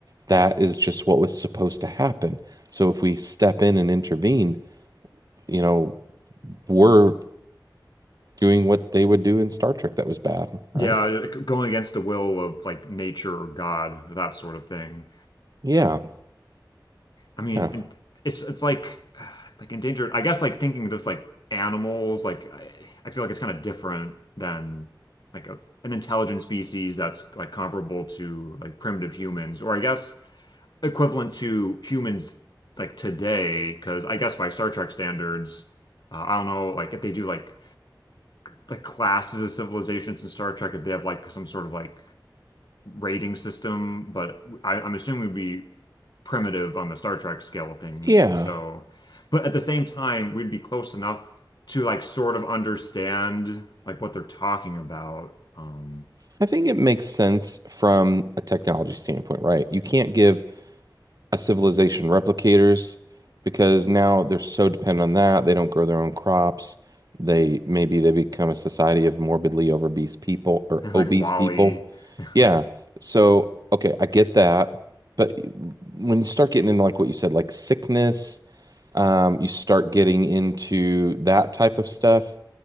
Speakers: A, on the right; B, on the left.
A: That is just what was supposed to happen. So if we step in and intervene, you know, we're doing what they would do in Star Trek that was bad, right?
B: yeah, like, going against the will of like nature or God or that sort of thing.
A: Yeah.
B: I mean,
A: Yeah.
B: and it's it's like <sighs> like endangered. I guess like thinking of this like animals, like I, I feel like it's kind of different than like a, an intelligent species that's like comparable to like primitive humans, or I guess equivalent to humans like today. Because I guess by Star Trek standards, uh, I don't know like if they do like the classes of civilizations in Star Trek, if they have like some sort of like rating system, but I, I'm assuming we'd be primitive on the Star Trek scale of things.
A: Yeah.
B: So, but at the same time, we'd be close enough to like sort of understand like what they're talking about. Um,
A: I think it makes sense from a technology standpoint, right? You can't give a civilization replicators because now they're so dependent on that. They don't grow their own crops. They maybe they become a society of morbidly obese people or
B: <laughs>
A: obese
B: like Wally.
A: people.
B: <laughs>
A: Yeah. So, okay, I get that. But when you start getting into like what you said, like sickness, um, you start getting into that type of stuff